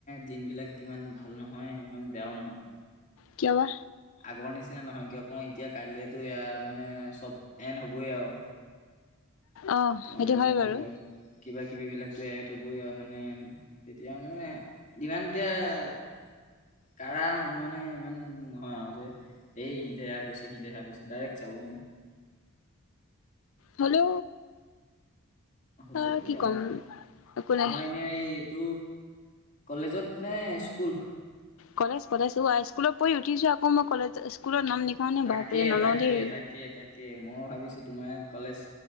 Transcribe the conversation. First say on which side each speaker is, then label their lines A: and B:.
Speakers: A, on the left (about 35°); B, on the left (about 65°).
A: দিনবিলাক কিমান ভাল নহয়, ইমান বেয়াও নহয়।
B: কিয়া বা।
A: আগৰ নিচিনা নহয় কিয় কওঁ এতিয়া কাইলেতো এইয়া মানে চব এন হ'বয়ে আৰু।
B: অ
A: তোমাৰ
B: সেইটো
A: মানে
B: হয়
A: ধৰি
B: বাৰু
A: লোৱা কিবা-কিবি বিলাকতো এড হ'বই আৰু মানে তেতিয়া মানে, ইমান এতিয়া কাৰ মানে ইমান নহয় আৰু যে এই ইহঁতে এয়া কৈছে, সিহঁতে সেয়া কৈছে ডাইৰেক্ট যাব মনে।
B: হেল্ল'।
A: হ'লেও
B: আহ
A: কি আৰু
B: ক'ম একো নাই
A: তোমাৰ এনেই এই তো' কলেজত নে স্কুল?
B: কলেজ কলেজ ও আই স্কুলত পঢ়ি উঠিছোঁ আকৌ মই কলেজ, স্কুলৰ নাম লিখাওঁনে
A: তাকে
B: বাপৰে নলওঁ
A: তাকে
B: দেই।
A: তাকে, তাকে। মই ভাবিছোঁ তোমাৰ কলেজ